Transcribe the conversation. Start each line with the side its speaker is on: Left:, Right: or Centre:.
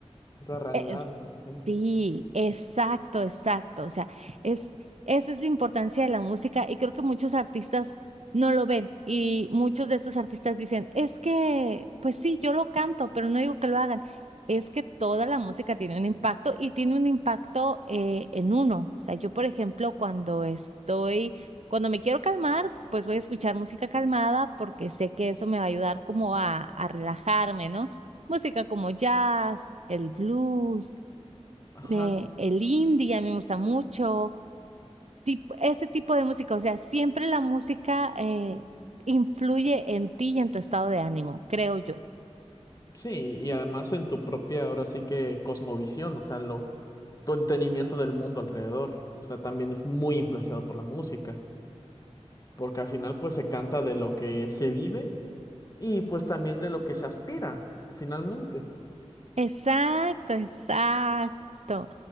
Left: Es la realidad
Right: Es-
Left: de mucha gente.
Right: sí, exacto, exacto. O sea, es, esa es la importancia de la música y creo que muchos artistas no lo ven y muchos de estos artistas dicen, es que, pues sí, yo lo canto, pero no digo que lo hagan. Es que toda la música tiene un impacto y tiene un impacto eh, en uno. O sea, yo, por ejemplo, cuando estoy, cuando me quiero calmar, pues voy a escuchar música calmada porque sé que eso me va a ayudar como a, a relajarme, ¿no? música como jazz, el blues,
Left: Ajá.
Right: eh, el indie, a mí me gusta mucho, tip- ese tipo de música. O sea, siempre la música eh, influye en ti y en tu estado de ánimo, creo yo.
Left: Sí, y además en tu propia, ahora sí que cosmovisión, o sea, lo, tu entendimiento del mundo alrededor, o sea, también es muy influenciado por la música, porque al final pues se canta de lo que se vive y pues también de lo que se aspira, finalmente.
Right: Exacto, exacto.